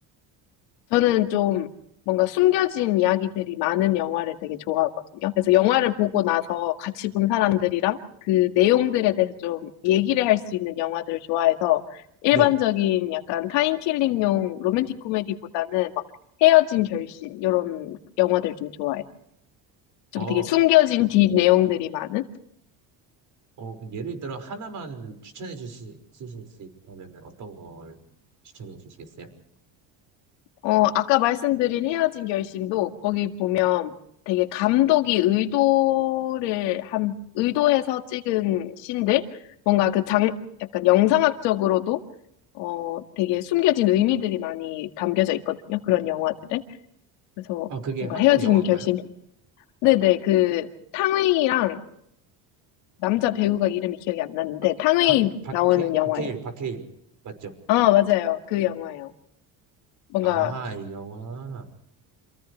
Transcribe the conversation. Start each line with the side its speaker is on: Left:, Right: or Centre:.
Left: 저는 좀 뭔가 숨겨진 이야기들이 많은 영화를 되게 좋아하거든요. 그래서 영화를 보고 나서 같이 본 사람들이랑 그 내용들에 대해서 좀 얘기를 할 수 있는 영화들을 좋아해서 일반적인
Right: 네.
Left: 약간 타인킬링용 로맨틱 코미디보다는 막 헤어진 결심 이런 영화들 좀 좋아해요.
Right: 어,
Left: 좀 되게 숨겨진 뒷 내용들이 많은?
Right: 어, 그 예를 들어 하나만 추천해 주실 수 있다면 어떤 걸 추천해 주시겠어요?
Left: 어, 아까 말씀드린 헤어진 결심도 거기 보면 되게 감독이 의도를 한, 의도해서 찍은 씬들? 뭔가 그 장, 약간 영상학적으로도 어, 되게 숨겨진 의미들이 많이 담겨져 있거든요. 그런 영화들에. 그래서
Right: 아, 그게
Left: 뭔가
Right: 한국
Left: 헤어진
Right: 영화인가요?
Left: 결심. 네네, 그 탕웨이랑 남자 배우가 이름이 기억이 안 나는데
Right: 아,
Left: 탕웨이
Right: 박, 박해,
Left: 나오는 영화예요.
Right: 박해일, 박해일. 맞죠?
Left: 아, 맞아요. 그 영화예요. 뭔가
Right: 아, 이 영화.